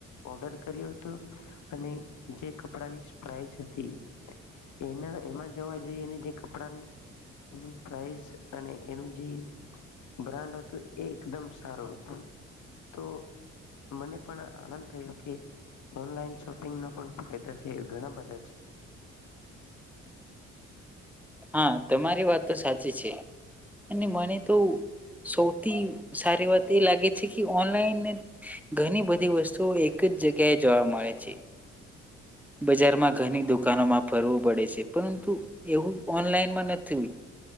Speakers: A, on the left (about 50°); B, in the centre.
A: ઓર્ડર કર્યો હતો અને જે કપડાની પ્રાઇસ હતી એના એમાં જવા જઈ અને જે કપડાની ની પ્રઇસ અને એનું જે બ્રાન્ડ હતું એ એકદમ સારું હતું તો મને પણ આનંદ થયો. ઓનલા શોપિંગ પણ ફાયદા છે ઘણા બધા છે.
B: હા તમારી વાત તો સાચ છે અને મને તો સૌથી સારી વાત એ લાગે છે કે ઓનલાઈન ઘણી બધી વસ્તુઓ એક જ જગ્યાએ જોવા મળે છે. બજારમાં ઘણી દુકાનો માપ ફરવું પડે છે પરંતુ એવું ઓનલાઈનમાં નથી